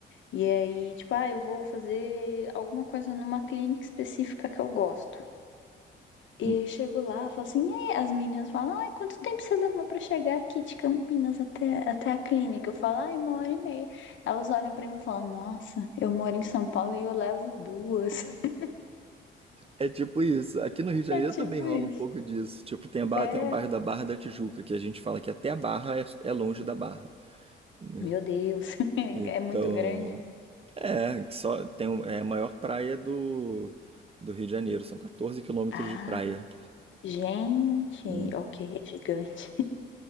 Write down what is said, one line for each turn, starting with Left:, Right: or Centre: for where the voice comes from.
Left: e aí, tipo, ah, eu vou fazer alguma coisa numa clínica específica que eu gosto. E
Right: <laughs>
Left: eu chego lá, falo assim, e aí? As meninas falam, ai, quanto tempo você levou pra chegar aqui de Campinas até, até a clínica? Eu falo, ai, uma hora e meia. Elas olham pra mim e falam, nossa, eu moro em São Paulo e eu levo duas. <laughs>
Right: É, é tipo isso. Aqui no Rio de Janeiro
Left: É tipo
Right: também rola
Left: isso.
Right: um pouco disso. Tipo, tem a Barra,
Left: É,
Right: tem o bairro da Barra da Tijuca, que a gente fala que até a Barra é, é longe da Barra, né?
Left: meu Deus, <laughs>
Right: Então,
Left: é muito grande.
Right: é, que só tem um- é a maior praia do, do Rio de Janeiro, são 14 quilômetros
Left: Ah,
Right: de praia.
Left: gente,
Right: Em-
Left: ok, é gigante.